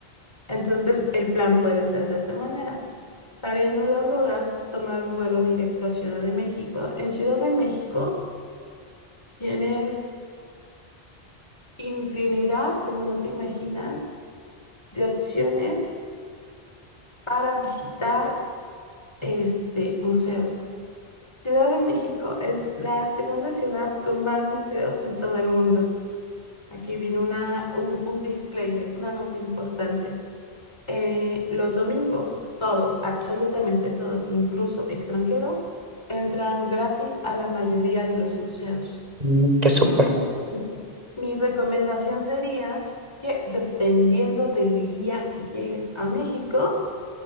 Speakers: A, on the left; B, on the right.
A: entonces el plan puede ser de esta manera. Saliendo de Honduras, tomar un vuelo directo a Ciudad de México. En Ciudad de México tienes infinidad, como no te imaginas, de opciones para visitar este, museos. Ciudad de México es la segunda ciudad con más museos en todo el mundo. Aquí viene una, un, un disclaimer, una nota importante. Eh, los domingos, todos, absolutamente todos, incluso extranjeros, entran gratis a la mayoría de los museos.
B: Mm, qué súper.
A: Mm, m- mi recomendación sería que dependiendo del día que llegues a México